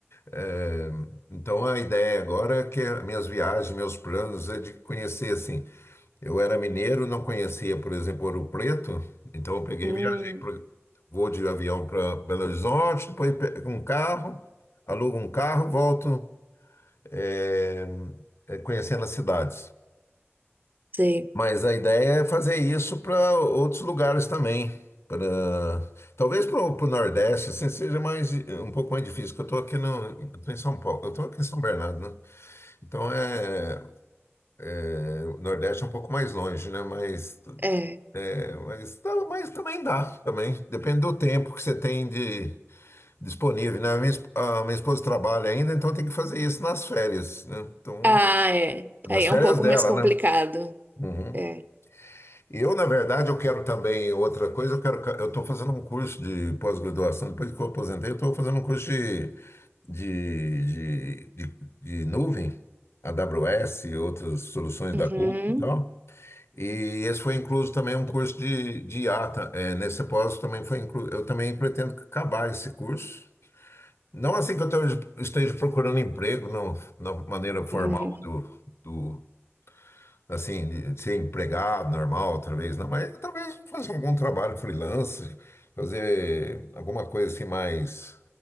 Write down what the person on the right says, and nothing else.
hum,
sei.
É.
Ah, é.
Aí é
um pouco
mais complicado.
É.
Uhum.
Uhum.